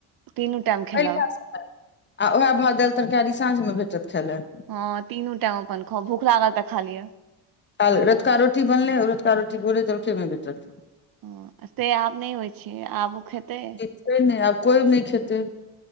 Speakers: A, on the right; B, on the left.
A: तीनू टाइम खेलक
B: पहिलका आर सब आ उएह भात-दैल तरकारी साँझमे भेटत खाय लए
A: हाँ तीनू टाइम अपन खाउ भूख लागल तऽ खा लिअ
B: काल रतका रोटी बनलैऔ रोतका रोटी भोरे जलखै मे भेटत
A: हाँ से आब नहि होइ छै आब ओ खेतै
B: से नई आब कोइ नहि खेतै